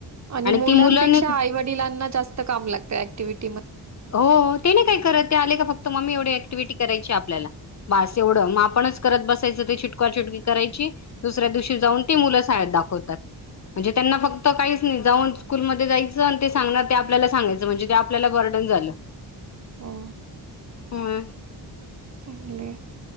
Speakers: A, on the right; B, on the left.
A: आणि मुलांपेक्षा
B: ती मुलं नाही
A: आई वडिलांना जास्त काम लागत ऍक्टिव्हटी
B: हो तेने काय करत ते आले का फक्त मम्मी एवढ टिवटी करायची आपलास एवढ मग आपणच करत बसायचं तेिटकाट करायची दुसऱ्या दिवशी जाऊन ते मुलं साळेत दाखवतात म्हणजे त्यांना फक्त काहीच नाही जाऊन स्कूलमध्ये जायचं आणि ते सांगणार ते आपल्या सांगायचं म्हणजे ते आपल्याला बर झा
A: हो
B: ह
A: चले